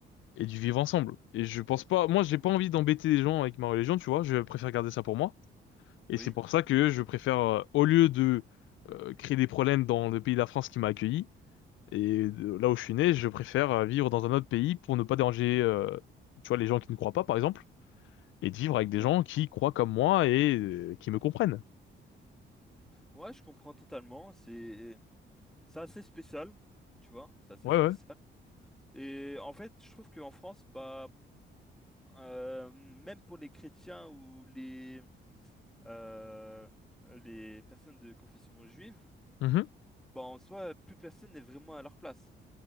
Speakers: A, on the left; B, in the centre.
A: et du vivre ensemble. Et je pense pas, moi j'ai pas envie d'embêter les gens avec ma religion, tu vois, je préfère garder ça pour moi. Et
B: oui,
A: c'est pour ça que je préfère, euh, au lieu de euh, créer des problèmes dans le pays de la France qui m'a accueilli, et de- là où je suis né, je préfère euh, vivre dans un autre pays pour ne pas déranger, euh, tu vois, les gens qui ne croient pas, par exemple, et de vivre avec
B: ok.
A: des gens qui croient comme moi et euh, qui me comprennent.
B: Ouais, je comprends totalement. C'est c'est assez spécial, tu vois, c'est assez
A: Ouais,
B: spécial.
A: ouais.
B: Et en fait, je trouve qu'en France, bah, Euh, même pour les chrétiens ou les, euh, les personnes de confession juive,
A: Mhm.
B: bah, en soi, plus personne n'est vraiment à leur place,